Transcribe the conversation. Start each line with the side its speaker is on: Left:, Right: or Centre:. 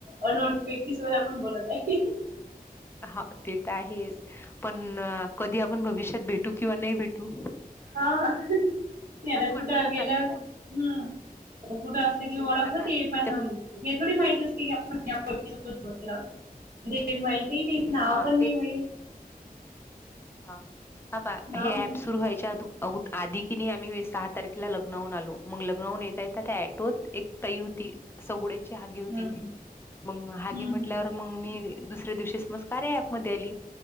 Right: अनोळंखी व्यक्ती सोबंत आपणं बोलतं आहे
Left: हां ते तरं आहेचं पणं कधीं आपणं भविष्यांत भेटूं किंवा नाहीं भेटूं
Right: हां मं आतां
Left: म्हटलं
Right: कुठं
Left: तर
Right: गेलं
Left: चालते
Right: हम्मं
Left: ना.
Right: आतां कुठं असलं कि ओळंख
Left: तेच आता
Right: होते पणं
Left: ते
Right: हे थोडी माहिती असते की आपणं ह्या व्याकती सोबतं बोलेल हांव ते माहितीही नाहीं नांव
Left: हा
Right: पणं नाही माहित
Left: हां
Right: नाव
Left: हे
Right: पण
Left: ऍप
Right: नाही
Left: सुंरू
Right: माहित
Left: व्हायचे अधूंन अगं आधी कि नाहीं आम्हीं सहां तारखेलां लग्नांहून आलो मंग लग्नांहून येतां येतां त्यां ऍटोतं एक ताई होती सगोड्यांची हागी होती
Right: हम्म हम्म
Left: ती मंग हागे
Right: हम्म
Left: म्हंटल्यावर
Right: हम्म
Left: मंग मी दुसऱ्यां दिवशी सहज कार्या ऍपमध्यें आली